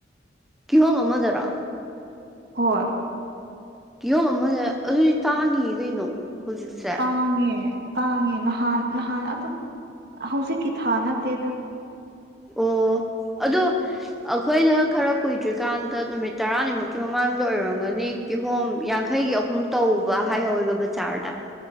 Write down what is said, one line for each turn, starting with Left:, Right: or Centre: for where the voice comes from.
Centre: ꯀꯤꯍꯣꯝ ꯑꯃꯥꯗꯔꯣ
Right: ꯍꯣꯏ
Centre: ꯀꯤꯍꯣꯝ ꯑꯃ ꯑꯗꯨꯗꯤ ꯇꯥꯡꯉꯤꯌꯦ ꯀꯩꯅꯣ ꯍꯧꯖꯤꯛꯁꯦ
Right: ꯇꯥꯡꯉꯦ ꯇꯥꯡꯉꯦ ꯅꯍꯥꯟ ꯅꯍꯥꯟ ꯑꯗꯨ ꯍꯧꯖꯤꯛꯀꯤ ꯊꯥ ꯅꯠꯇꯦꯗ
Centre: ꯑꯣ ꯑꯗꯨ ꯑꯩꯈꯣꯏꯅ ꯈꯔ ꯀꯨꯏꯗ꯭ꯔꯤꯀꯥꯟꯗ ꯅꯨꯃꯤꯠ ꯇꯔꯥꯅꯤꯃꯨꯛꯀꯤ ꯃꯃꯥꯡꯗ ꯑꯣꯏꯔꯝꯒꯅꯤ ꯀꯤꯍꯣꯝ ꯌꯥꯡꯈꯩꯒꯤ ꯑꯍꯨꯝ ꯇꯧꯕ ꯍꯥꯏꯍꯧꯋꯦꯕ ꯕꯖꯥꯔꯗ